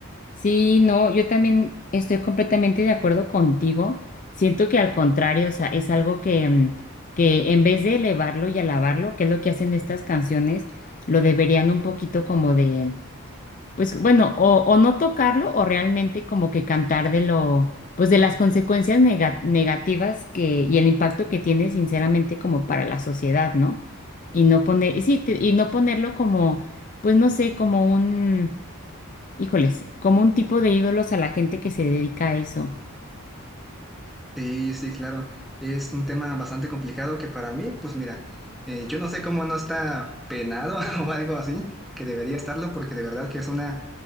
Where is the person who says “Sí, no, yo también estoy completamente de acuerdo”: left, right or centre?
Left